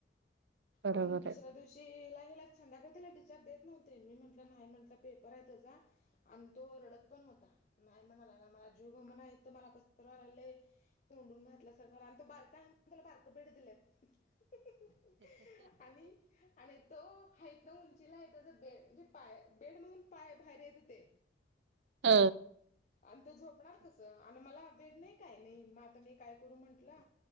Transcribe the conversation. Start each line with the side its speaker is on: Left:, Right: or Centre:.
Right: बरोबर
Left: पणं दुसऱ्यां
Right: आहे.
Left: दिवशी लागे लांग संध्याकाळी त्यांला टिचार्ज देतं नव्हते मी म्हंटलं नाहीं म्हटलं पेपर आहे त्यांचा आणि तो रडतं पणं होतां नाहीं म्हणांला मलां जीवग म्हणां यं तरं मलां कसं कसं व्हायं लागलं आहे कोंडून घातल्या सांरखा आणि तो बारका आहे म्हंण त्यांला बारक भेटं दिलंत हं हं आणि हं आणि तो हं नां उंचीला आहे बेड म्हणजे पाय बेड मधूंन पाय बाहेर येतं होते
Right: ह
Left: आणिंते झोपणांर कसं आणि मलां भेडं नाहीं कायं नाहीं मंग आंता मी कायं करूं म्हंटलं